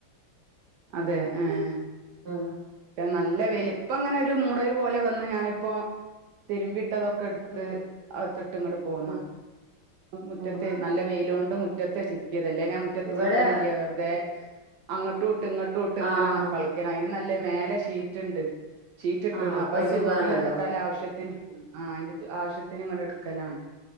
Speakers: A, on the right; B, on the right.
A: അതെ ആഹ
B: ആഹ
A: നല്ല വലുപ്പം അങ്ങനെ ഒരു മൂടൽ പോലെ വന്ന് ഞാനിപ്പോ തിരുമ്പിട്ടതൊക്കെ എടുത്ത്
B: ആഹ്
A: അട്ട് ഇങ്ങോട്ട പോന്ന
B: ആഹ്
A: മുറ്റത്ത്
B: ആഹ്
A: നല്ല വെയില മുറ്റത്തെ തല്ലേ ഞാൻ മുറ്റത്ത്
B: ഇവിടെ
A: ചിക്കൻ ഇല്ലേ വെറതെ അങ്ങോട്ട് ഇങ്ങോട്ടോട്ട് ഇങ്ങനെ
B: ആഹ്
A: കളിക്ക അതിനന് നല്ല മേലെ ഷീറ്റ്ുണ്ട് ചീറ്റ് ഇട്ടണ്
B: ആഹ്
A: അപ്പൊ അതിന്റെ
B: സുഖാണല്ലോ
A: ചൂട്ടിലാം ഇട്ടാലൽ ആവശ്യം ആ അതിന്റെ ആവശ്യ ത്തിങ്ങള എടുക്കലാണ്